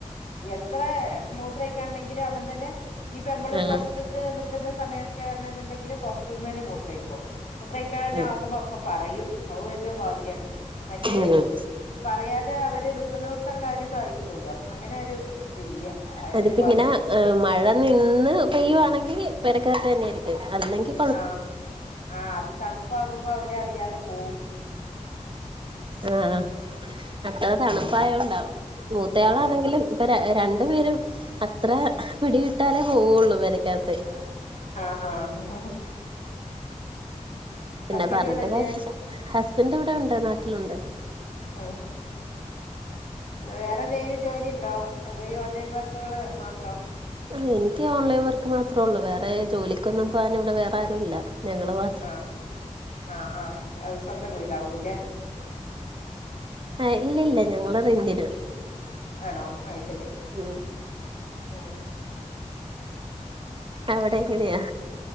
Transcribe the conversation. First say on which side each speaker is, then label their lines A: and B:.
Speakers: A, on the left; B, on the right.
A: ഇത്ര മൂത്രമായിക്കാ ഉണ്ടെങ്കിലും അവൻ തന്നെ ഇനിപ്പ നമ്മള്
B: ആഹ്
A: പുറത്തൊക്കെ നിക്കുന്ന സമയമൊക്കെ ആണെന്നുണ്ടെങ്കിൽ പുറത്തുന്ന് തന്നെ മൂത്രേക്കും മുത്രക്കാൻ തന്നെ
B: ആഹ്
A: ആകുമ്പോ അപ്പ പറയും അത് എന്തോ ഭാഗ്യാണ് മ
B: ഉം
A: പറയാതെ അവര് നിക്കുന്ന ന്നോ ടുത്താണ് കാര്യം സാധി ക്കുമല്ലോ അങ്ങനെ ഒരു ഇല്ല അതിനൊരു
B: അതിപ്പോ ഇങ്ങനെ
A: ഭാഗ്യം
B: മഴ നിന്ന് പെയ്യുവാണെങ്കിൽ പെരക്കക ത്ത് തന്നാ യിയിരിക്കും അല്ലെങ്കിൽ
A: ആഹ ആ് അത് തണുപ്പാകുമ്പോ അവരറിയാതെ പോവും ഉം
B: ആഹ അത്ര തണുപ്പായോണ്ട
A: ഉം
B: മൂത്തയാളാണെങ്കിലും
A: ആഹ്
B: ഇപ്പ രണ്ടു പേരും അത്ര പിടിവി ട്ടാലേ പോവുള്ളു പെര രക്കകത്ത്
A: ആഹ ആഹ
B: പിന്നെ
A: ഹസ്ബൻഡ്
B: പറഞ്ഞിട്ട്
A: ഇവിടില്ലേ
B: കാര്യല്ല ഹസ്ബന്റ് ഇവിടെയു ണ്ട് നാട്ടിലുണ്ട്
A: ആഹ വേറെ എന്തെ ങ്കിലും ജോലി ഉണ്ടോ അതെ ഈ ഓൺലൈൻ വർക്കുകള് മാത്രോ
B: ആ എനിക്ക് ഓൺലൈൻ വർക്ക് മാത്രേള്ളൂ വേറെ ജോലിക്കൊന്നും പോവാൻ ഇവിടെ വേറെ ആരും ഇല്ല ഞങൾ മ
A: ആ് ആ ആ അ സ്വന്തം വീടാകൂവ ല്ലേ
B: ആ് ഇല്ല ഇല്ല ഞങ്ങള് റെന്റിന
A: ആണോ അ ശരി
B: ഉം
A: മം
B: അവിടെങ്ങനെയാ